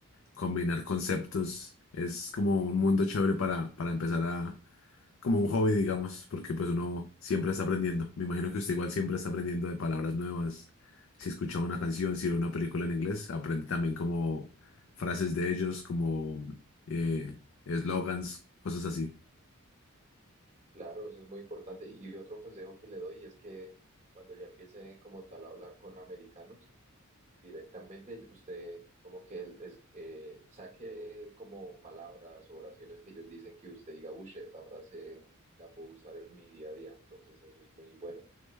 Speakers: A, on the left; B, on the right.
A: combinar conceptos. Es como un mundo chévere para, para empezar a como un hobby, digamos, porque pues uno siempre está aprendiendo. Me imagino que usted igual siempre está aprendiendo de palabras nuevas. Si escucha una canción, si ve una película en inglés, aprende también como frases de ellos, como eh, eslogans, cosas así.
B: Claro, eso es muy importante. Y otro consejo que le doy es que cuando ya empiece como tal a hablar con americanos, directamente usted como que él es, eh, saque como palabras o oraciones que ellos dicen que usted diga, uy, esta frase la puedo usar en mi día a día, entonces eso es muy bueno.